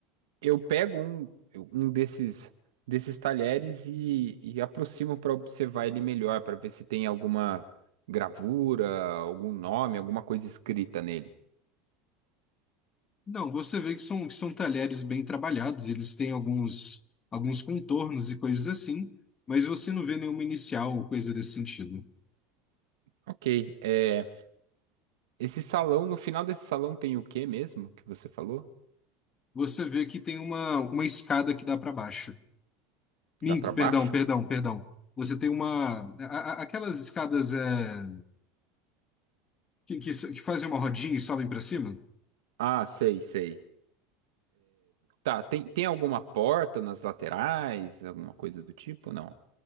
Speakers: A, on the right (about 90°); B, on the left (about 30°).
A: eu pego um, um desses, desses talheres e, e aproximo para observar ele melhor, para ver se tem alguma gravura, algum nome, alguma coisa escrita nele.
B: Não, você vê que são, que são talheres bem trabalhados, eles têm alguns, alguns contornos e coisas assim, mas você não vê nenhuma inicial ou coisa desse sentido.
A: Ok, é, esse salão, no final desse salão tem o que mesmo que você falou?
B: Você vê que tem uma, uma escada que dá para baixo. Minto,
A: Dá pra baixo?
B: perdão, perdão, perdão. Você tem uma. a- a- aquelas escadas é, que, que, s- que fazem uma rodinha e sobem para cima?
A: Ah, sei, sei. Tá, tem, tem alguma porta nas laterais, alguma coisa do tipo? Não.